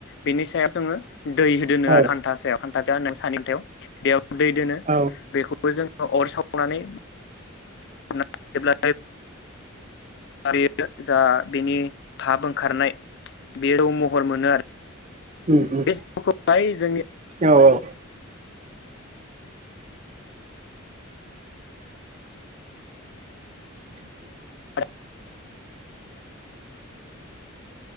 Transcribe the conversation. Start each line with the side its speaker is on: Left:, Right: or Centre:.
Left: बेनि सायाव जोङो दै होदोनो
Right: औ
Left: आरो हान्थासायाव हानथा <unintelligible> सानैथायाव बेयाव दै दोनो
Right: औ
Left: बेखौबो जोङो अर सावनानै <inaudible> अब्ला बेयो जा बेनि थाब ओंखारनाय बे रौ महर मोनो आरो।
Right: उम उम
Left: बे जौखौहाय जोंनि
Right: औ औ। <inaudible>
Left: <inaudible> <inaudible>